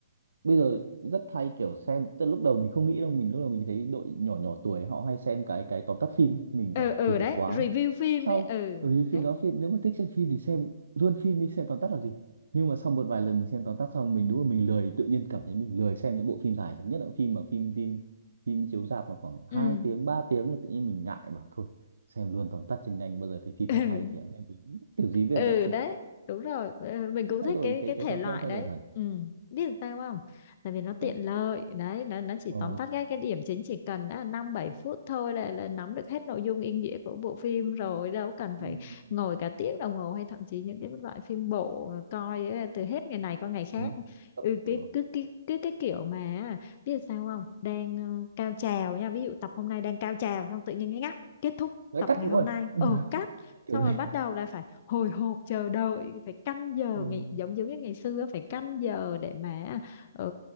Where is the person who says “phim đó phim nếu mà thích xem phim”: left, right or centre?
Right